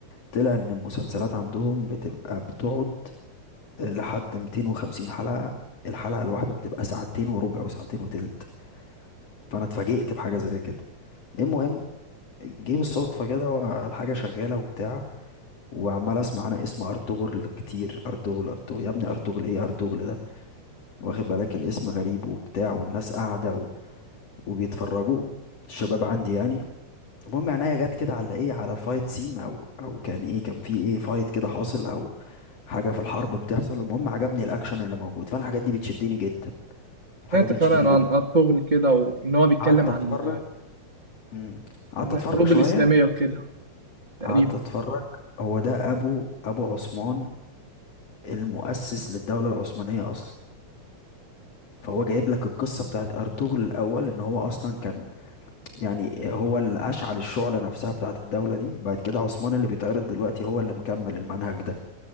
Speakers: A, on the left (about 55°); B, on the right (about 30°).
A: طلع ان المسلسلات عندهم بتبقى بتقعد لحد 250 حلقة الحلقة الواحدة بتبقى ساعتين وربع وساعتين وتلت فأنا اتفاجئت بحاجة زي كده المهم جه بالصدفة كده والحاجة شغالة وبتاع وعمال اسمع انا اسم ارطغرل كتير ارطغرل ارطغرل يا ابني ارطغرل ايه ارطغرل ده واخد بالك الاسم غريب وبتاع والناس قاعدة و... وبيتفرجوا الشباب عندي يعني المهم عينيا جت كده على ايه على فايت سين او او كان ايه كان في ايه فايت كده حاصل او حاجة في الحرب بتحصل المهم عجبني الاكشن اللي موجود فانا الحاجات دي بتشدني جدا الحاجات
B: سمعت
A: دي
B: فعلا
A: بتشدني جدا
B: عن ارطغرل كده وان هو بيتكلم
A: قعدت
B: عن
A: اتفرج مم. قعدت
B: الحروب
A: اتفرج شويه
B: الاسلاميه وكده تقريبا
A: قعدت اتفرج هو ده ابو ابو عثمان المؤسس للدوله العثمانيه اصلا فهو جايب لك القصه بتاعت ارطغرل الاول ان هو اصلا كان يعني هو اللي اشعل الشعله نفسها بتاعت الدوله دي بعد كده عثمان اللي بيتعرض دلوقتي هو اللي مكمل المنهج ده